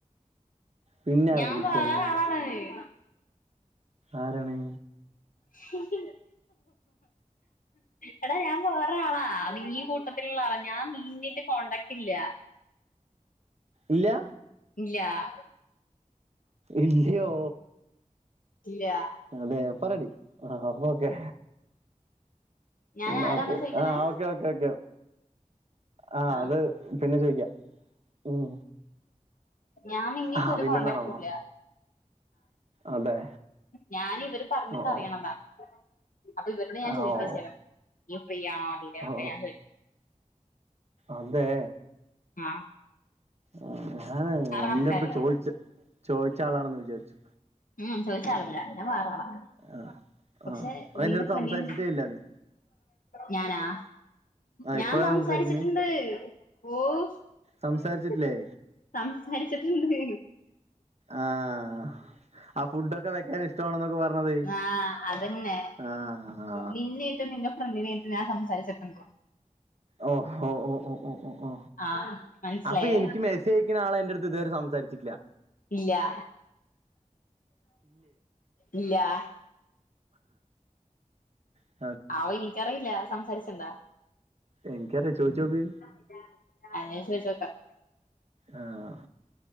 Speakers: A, on the right; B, on the left.
A: പിന്നെ ആരോട്
B: ഞാൻ
A: ചോദിച്ചു
B: വേറെ
A: ഞാന്
B: ആളാണേയ്.
A: ആരാണ്?
B: ഹ്ഹ്ഹ് എടാ ഞാൻ വേറാളാ നീയികൂട്ടത്തിലൊള്ള ആളാ ഞാൻ നീന്നീട്ട് കോണ്ടാക്ട് ഇല്ല.
A: ഇല്ല?
B: ഇല്ലാഹ്
A: ഇല്ല്യോ?
B: ഇല്ല്യ
A: അതെ അപ്പൊ റെഡി ആ അപ്പൊ ഓക്കെ.
B: ഞാൻ
A: ന്നാ
B: ആരാന്നാ
A: ഓക്കെ
B: ചോയിക്കണേ
A: ആഹ് ഓക്കെ ഓക്കെ ഓക്കെ ആ
B: ആഹ്
A: അത് പിന്നെ ചോയിക്കാ ഉം
B: ഞാൻ നിന്നേറ്റ്
A: ആഹ്
B: ഒരു
A: പിന്നെന്താണാവോ
B: കോണ്ടാക് ടൂല്ല.
A: അതെ?
B: ഞാന് ഇവര് പറഞ്ഞിട്ട
A: ഓ ഓ
B: റീയണതാ. അപ്പൊ ഇവരോട് ഞാൻ
A: ആ
B: ചോദിക്കാ
A: ഓ
B: ചെയ്യറ് ഈയ് ഫ്രീ ആണോ <unintelligible> അതിലെ
A: ഓ
B: ഞാൻ ചോദിക്ക്
A: അതെ?
B: ആ
A: ആ ഞാന് എന്റടുത്ത്
B: ആൾക്കാര്
A: ചോദിച്ച് ചോദിച്ചാളാണെന്ന് വിചാരിച്ചു.
B: ഉം ചോദിച്ചാളല്ല ഞാൻ വേറാളാ.
A: ആ ആ
B: പക്ഷേ
A: എന്റെ
B: നിന്റെ
A: അടുത്ത്
B: ഫ്രണ്ടിനെ
A: സംസാരിച്ചിട്ടേ ഇല്ല നീ
B: ഞാനാ?
A: ആ
B: ഞാൻ
A: ഇപ്പഴാ
B: സംസാരിച്ചിട്ട്ണ്ട്
A: സംസാരിക്കണ്
B: ഓഹ്
A: സംസാരിച്ചിട്ടില്ലേ
B: ഹ്ഹ് സംസാരിച്ചിട്ട്ണ്ട്.
A: ആഹ് ആ ഫുഡൊക്കെ വെക്കാൻ ഇഷ്ടം ഇഷ്ട്ടാണ്ന്നൊക്കെ പറണ്ത്
B: ആഹ് അതന്നെ
A: ആഹ് ആ
B: നിന്നായിട്ട് നിന്റെ ഫ്രണ്ടിനായിട്ട് ഞാൻ സംസാരീച്ചിട്ടുണ്ട്.
A: ഓ ഹോ ഓ ഓ ഓ ഓ ഓ
B: ആഹ് മനസ്സിലായ
A: അപ്പൊ എനിക്ക് മെസ്സേ ചോയിക്കാനാളെന്റെടുത്ത് ഇതുവരെ സംസാരിച്ചിട്ടില്ലാ.
B: ഇല്ലാ ഇല്ലാ
A: ആഹ്
B: ആവോ എനിക്കറിയില്ല സംസാരിച്ച്ണ്ടാ?
A: എൻക്കറിയ ചോദിച്ചോക്ക്
B: <unintelligible> <unintelligible>
A: ആഹ്